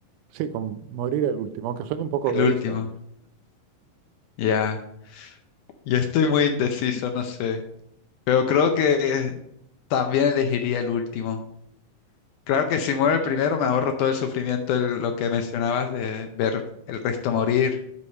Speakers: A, on the right; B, on the left.
A: sí, con morir el último, aunque suene un poco
B: el
A: egoísta.
B: último. Ya. Yo estoy muy indeciso, no sé. Pero creo que también elegiría el último. Claro que si muero el primero me ahorro todo el sufrimiento de lo que mencionabas de ver el resto morir